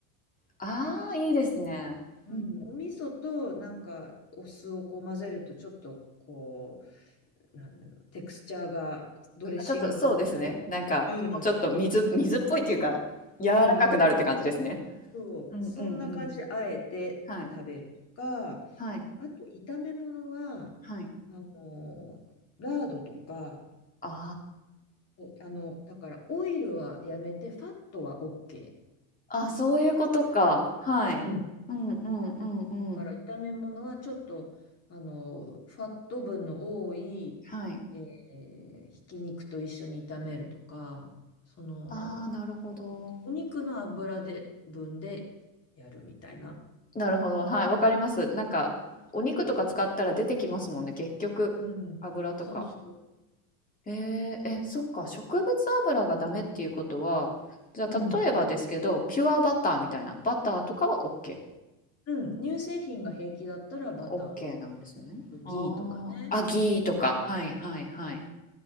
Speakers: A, on the left (about 20°); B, on the left (about 35°).
A: ああ、いいですね。
B: うん、
A: うんうん。
B: お味噌となんかお酢をこう混ぜるとちょっとこうなんだろうテクスチャーがドレッシングっぽくなる。
A: あ、ちょっとそうですね。なんか、
B: うん、うん
A: もうちょっと水水っぽいっていうか、柔らかくなるって感じですね。
B: うんうん。そう、
A: うんうんうん。
B: そんな感じであえて食べるとか、
A: はい。はい。
B: あと炒め物はあのラードとか、
A: はい。あ
B: おあのだからオイルはやめてファットは OK。
A: あ。あ、そういうことか。はい。
B: うん
A: うんうんうんうん。
B: だから炒め物はちょっとあのファット分の多い、
A: はい。
B: えーひき肉と一緒に炒めるとかその
A: ああ、なるほど。
B: お肉の油で分でやるみたいな。
A: なるほど、はい、わかります。なんか、お肉とか使ったら出てきますもんね、
B: ね
A: 結局。
B: うん、
A: 油とか。
B: そうそ
A: えー、え、そっか、
B: う。
A: 植物油がダメっていうことは、
B: で
A: じゃあ例えばですけど、
B: うん、
A: ピュアバターみたいな、バターとかは OK。
B: うん、乳製品が平気だったらバターを
A: OK なんですね。
B: ギーとかね。
A: ああ、アギーとか。はいはいはい。
B: うん、